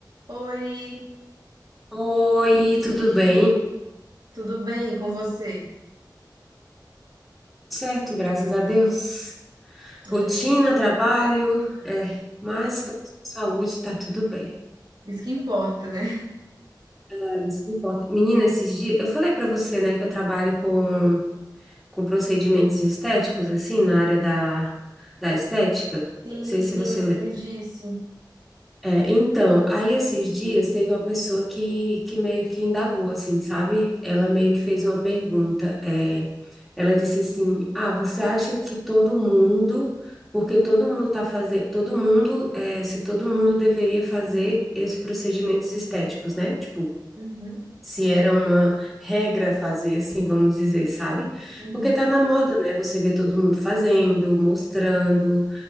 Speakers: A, on the right; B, in the centre.
A: Oi,
B: Oi, tudo bem?
A: tudo bem com você?
B: Certo, graças a Deus. Rotina,
A: Ah,
B: trabalho, é, mas estamos com saúde, tá tudo bem.
A: isso que importa, né?
B: É isso que importa. Menina, esses dias, eu falei pra você, né, que eu trabalho com, com procedimentos estéticos, assim, na área da, da estética. Não
A: Sim,
B: sei
A: sim,
B: se você
A: você
B: lembra.
A: me disse.
B: É, então, aí esses dias teve uma pessoa que, que meio que indagou, assim, sabe? Ela meio que fez uma pergunta. é, ela disse assim: Ah, você acha que todo mundo, porque todo mundo tá fazendo, todo mundo, é, se todo mundo deveria fazer esses procedimentos estéticos, né? Tipo,
A: Uhum,
B: se era uma regra fazer assim, vamos dizer, sabe?
A: uhum,
B: Porque tá na moda, né? Você vê todo mundo fazendo, mostrando.